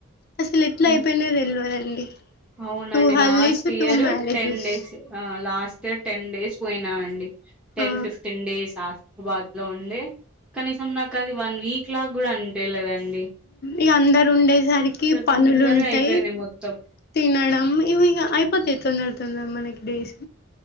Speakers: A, on the left (about 45°); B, in the centre.
A: అసలు ఎట్లా
B: ఉమ్
A: అయిపోయినయి తెలవదండి
B: అవునండి
A: టూ haldis
B: last year
A: two marriages
B: ten days ఆ లాస్ట్ ఇయర్ టెన్ డేస్ పోయినా అండి టెన్
A: ఆ
B: ఫిఫ్టీన్ డేస్ బాద్ లో ఉండడి కనీసం నాకు అది వన్ వీక్ లాగా గూడా అనిపిలేదండి
A: ఇఅ అందరు ఉండేసరికి పనులు
B: తొందరగా
A: ఉంటాయి
B: అయిపోయింది మొత్తం
A: తినడం ఇవి ఇక అయిపోతయి తొందర తొందర మనకి డేస్